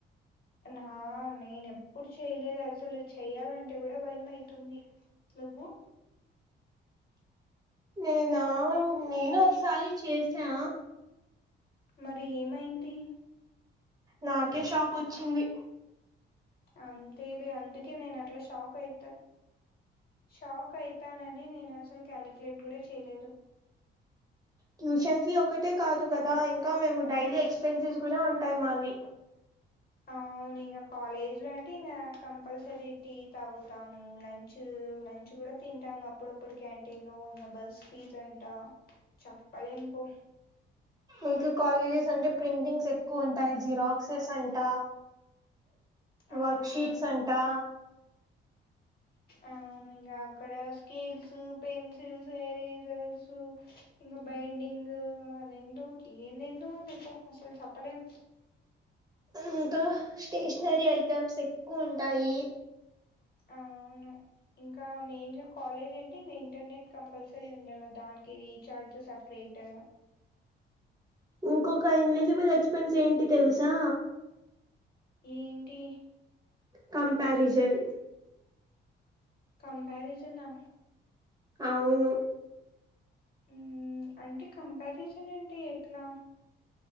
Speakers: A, on the left (about 50°); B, on the right (about 20°).
A: నా నేనెప్పుడు చేయలేదు అసలు చెయ్యాలంటే కూడా భయం అయితుంది నువ్వు
B: నేనా నేను ఒకసారి చేసా
A: మరి ఏమైంది
B: నాకే షాకొచ్చింది
A: అంతేలే అందుకే నేనట్ల శాక్ అయిత షాక్ అయితానని నేనసలు కాలిక్యులేట్ గూడ చేయలేదు
B: ట్యూషన్ ఫీ ఒకటే కాదు కదా ఇంకా మేము డైలీ ఎక్స్పెన్సెస్ కూడా ఉంటాయి మావి
A: అవును ఇంగ కాలేజ్ లో అంటే ఇంకా కంపల్సరీ టీ తాగుతాము లంచ్ చ్ లంచ్ కూడ తింటాం అప్పుడప్పుడు క్యాంటీన్ లో ఇంకా బస్ ఫీజ్ అంట చప్పలేం పో
B: ఇంక కాలేజెస్ అంటే ప్రింటింగ్స్ ఎక్కువ ఉంటాయి జిరాక్సెస్ అంట
A: అవును
B: వర్క్ షీట్స్ అంటా
A: అవును ఇంగా అక్కడ స్కేల్స్, పెన్సిల్స్, ఎరేజర్స్ ఇంగ బైండింగ్ అదెందో చి ఎందేందో ఉన్నయ్ పో అసలు చెప్పలేం
B: ఇంకా స్టేషనరీ ఐటెమ్స్ ఎక్కువ ఉంటాయి
A: అవును ఇంకా మెయిన్ గ కాలేజ్ అంటే ఇంగ ఇంటర్నెట్ కంపల్సరీ ఉండాల దానికి ఇ రీచార్జ్ సపరేట్
B: ఇంకొక ఇన్విజిబుల్ ఎక్స్పెన్స్ ఏంటి తెలుసా
A: ఏంటి
B: కంపారిజన్
A: కంపారిజన్ ఆ
B: అవును
A: హ్మ్ అంటే కంపారిజన్ ఏంటి ఎట్లా